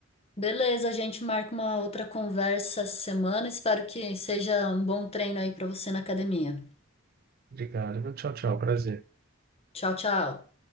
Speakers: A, on the left; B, on the right.
A: Beleza, a gente marca uma outra conversa essa semana. Espero que seja um bom treino aí para você na academia.
B: Obrigado, viu? Tchau, tchau. Prazer.
A: Tchau, tchau.